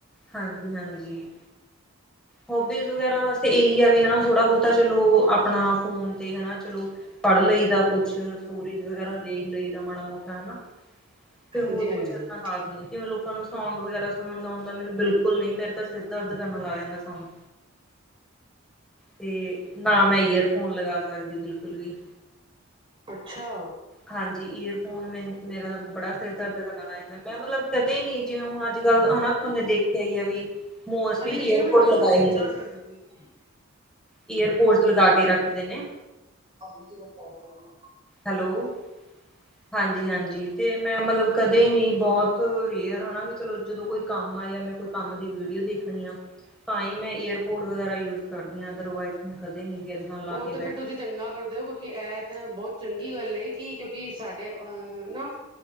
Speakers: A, in the centre; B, on the right (about 25°).
A: ਹਾਂਜੀ-ਹਾਂਜੀ। ਹੋਬੀਜ਼ ਵਗੈਰਾ ਵਾਸਤੇ ਏਹੀ ਆ ਵੀ ਹੈ ਥੋੜਾ-ਬੋਤਾ ਚਲੋ ਆਪਣਾ ਫੋਨ ਤੇ ਹੈਨਾ ਚਲੋ ਪੜ੍ਹ ਲਈ ਦਾ ਕੁੱਛ ਸਟੋਰੀਜ਼ ਵਗੈਰਾ ਦੇਖ ਲਈ ਦਾ ਮਾੜਾ- ਮੋਟਾ ਹੈਨਾ ਤੇ
B: ਹਾਂਜੀ
A: ਹੋਰ
B: ਹਾਂਜੀ
A: ਕੁਛ ਏਦਾ ਖਾਸ ਨੀ ਜਿਵੇਂ ਲੋਕਾਂ ਨੂੰ ਸੌਗ ਵਗੈਰਾ ਸੁਣਨ ਦਾ ਹੁੰਦਾ ਮੈਨੂੰ ਬਿਲਕੁਲ ਨੀ ਮੇਰੇ ਤਾਂ ਸਿਰ ਦਰਦ ਕਰਨ ਲੱਗ ਜਾਂਦਾ ਸੋਂਗ‌। ਤੇ ਨਾ ਮੈਂ ਈਅਰਫੋਨ ਲਗਾ ਸਕਦੀ ਬਿਲਕੁਲ ਵੀ
B: ਅੱਛਾ!
A: ਹਾਂਜੀ ਈਅਰਫੋਨ ਮੇਨ ਮੇਰਾ ਬੜਾ ਸਿਰ ਦਰਦ ਕਰਨ ਲੱਗ ਜਾਂਦਾ ਮੈਂ ਮਤਲਬ ਕਦੇ ਨੀ ਜਿਵੇਂ ਹੁਣ ਅੱਜ-ਕੱਲ੍ਹ ਹੈਨਾ‌ ਕੋਨੇ ਦੇਖਿਆ ਈ ਆ ਵੀ ਮੋਸਟਲੀ
B: ਅਭੀ ਇਹੀ
A: ਏਅਰਪੋਰਟ
B: ਮੁਝੇ ਬਾਤ
A: ਲਗਾਏ
B: ਕਰਨੀ
A: ਹੁੰਦੇ।
B: ਹੈ।
A: ਈਅਰਪੋਰਟਸ ਲਗਾ ਕੇ ਰੱਖਦੇ ਨੇ।
B: ਅਰਲੀ ਮੈਂ ਪੋੰਚ ਜਾਵਾਂ।
A: ਹੈਲੋ ਹਾਂਜੀ-ਹਾਂਜੀ ਤੇ ਮੈਂ ਮਤਲਬ ਕਦੇ ਨੀ ਬੋਹਤ ਰੇਅਰ ਹਾਂ ਚਲੋ ਜਦੋਂ ਕੋਈ ਕੰਮ ਆ ਜਾਂ ਕੋਈ ਕੰਮ ਦੀ ਵੀਡੀਓ ਦੇਖਣੀ ਆ। ਤਾਂ ਈ ਮੈਂ ਏਅਰਪੋਰਟ ਵਗੈਰਾ ਯੂਜ ਕਰਦੀ ਆਂ ਅਦਰਵਾਈਜ਼ ਮੈਂ ਕਦੀ ਨੀ ਵੀ ਲਾ
B: ਓ
A: ਕੇ ਬੈਠ
B: ਤੇ ਫ਼ਿਰ ਤੁਸੀਂ ਚੰਗਾ ਕਰਦੇ ਓ ਕਿਉਂਕਿ ਐ ਤ ਬੋਤ ਚੰਗੀ ਗੱਲ ਏ ਕਿ ਕਿਉਂਕਿ ਸਾਡੇ ਅਹ ਨਾ